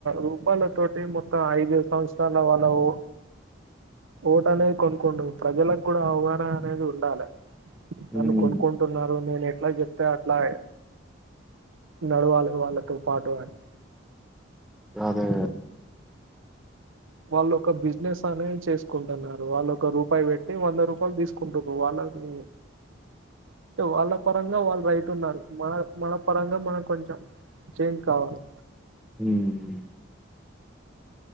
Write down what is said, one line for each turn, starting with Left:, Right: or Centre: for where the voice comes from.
Right: రూపాయల తోటి మొత్తం ఐదు సంవత్సరాల వాళ్ళ ఓ ఓటనేది కొనుక్కుంటుర్రు ప్రజలక్ కూడా అవగాన అనేది ఉండాలె.
Centre: హ్మ్
Right: నన్ను కొనుక్కుంటున్నారు నేను ఎట్ల జెప్త అట్లా నడవాలె వాళ్ళతో పాటువాను
Centre: అదే
Right: వాళ్ళు ఒక బిజినెస్ అనేది చేసుకుంటున్నారు. వాళ్ళు ఒక రూపాయి పెట్టి వంద రూపాయలు తీసుకుంటుర్రు వాళ్ళకి వాళ్ళ పరంగా వాళ్ళు రైట్ ఉన్నారు. మన మన పరంగా మనకు కొంచెం చేంజ్ కావాలి.
Centre: హ్మ్